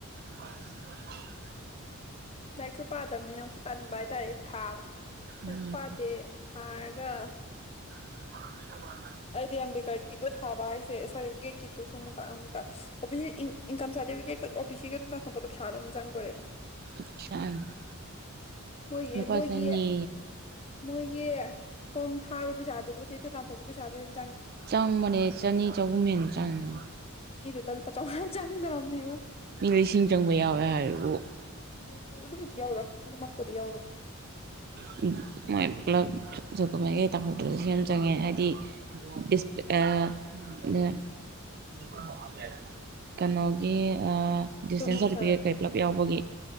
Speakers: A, on the right; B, on the left.
A: <inaudible>
B: ꯂꯥꯏꯔꯤꯛꯁꯨ ꯄꯥꯗꯕꯅꯤ ꯑꯃꯨꯛꯁꯨ ꯇꯟꯕ ꯍꯥꯏꯇꯥꯔꯦ ꯊꯥꯕ ꯂꯥꯏꯔꯤꯛꯁꯨ
A: ꯎꯝ
B: ꯄꯥꯗꯦ ꯊꯥꯔꯒ
A: <inaudible>
B: ꯑꯩꯗꯤ ꯑꯝꯕꯦꯗꯀꯔꯒꯤꯗꯣ ꯊꯥꯕ ꯍꯥꯏꯁꯦ ꯁꯥꯔꯇꯤꯐꯤꯀꯦꯠꯀꯤꯗꯨ ꯁꯨꯝ ꯑꯃꯨꯛ ꯇꯥꯟ ꯑꯃꯨꯛ ꯇꯥꯟ ꯑꯣꯕꯤꯁꯤ ꯏꯟꯀꯝ ꯁꯥꯔꯇꯤꯐꯤꯀꯦꯠꯀ ꯑꯣꯕꯤꯁꯤꯒ ꯗꯨꯝ ꯇꯥꯟꯊꯣꯛꯄꯗ ꯄꯩꯁꯥ ꯑꯗꯨꯝ ꯆꯪꯗꯣꯔꯦꯗ
A: <unintelligible>
B: ꯃꯣꯏ
A: ꯂꯨꯄꯥ
B: ꯑꯦ ꯃꯣꯏꯒꯤ
A: ꯆꯅꯤ
B: ꯃꯣꯏꯒꯤ ꯐꯣꯝ ꯊꯥꯕꯩ ꯄꯩꯁꯥꯗꯨꯕꯨꯗꯤ ꯑꯗꯨꯨ ꯇꯥꯟꯊꯣꯛꯄꯒꯤ ꯄꯩꯁꯥꯗꯨꯅ
A: ꯆꯪꯕꯅꯦ ꯆꯅꯤ ꯆꯍꯨꯝ ꯍꯦꯟꯅ ꯆꯪꯉꯦ
B: ꯗ ꯂꯨꯄꯥ ꯆꯧꯉꯥ ꯆꯪꯗꯣꯔꯕꯅꯦꯕ
A: ꯃꯤ ꯂꯤꯁꯤꯡ ꯆꯪꯕ ꯌꯥꯎꯋꯦ ꯍꯥꯏꯔꯤꯕꯨ
B: ꯑꯥ ꯑꯗꯨꯕꯨꯗꯤ ꯌꯧꯔꯣꯏ ꯑꯗꯨꯃꯛꯄꯨꯗꯤ ꯌꯧꯔꯣꯏ
A: <unintelligible> ꯄꯨꯂꯞ ꯗꯣꯀꯨꯃꯦꯟ ꯀꯩ ꯇꯥꯊꯣꯛꯄꯗꯁꯨ ꯂꯤꯁꯤꯡ ꯑꯃ ꯆꯪꯉꯦ ꯍꯥꯏꯗꯤ ꯗꯤꯁꯄ꯭ꯂꯦ ꯑꯥ ꯅꯦ <inaudible> ꯀꯩꯅꯣꯒꯤ ꯑꯥ ꯗꯤꯁꯇꯦꯟꯁ
B: ꯗꯣꯃꯤꯟꯁꯜ
A: ꯁꯥꯔꯇꯤꯐꯤꯀꯦꯠ ꯀꯩ ꯄꯨꯂꯞ ꯌꯥꯎꯕꯒꯤ